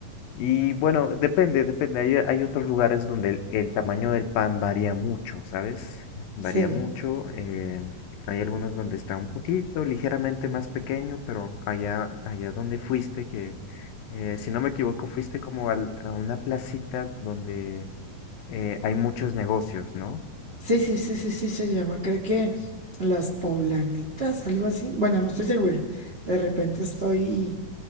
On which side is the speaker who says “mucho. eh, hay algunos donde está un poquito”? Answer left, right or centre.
Left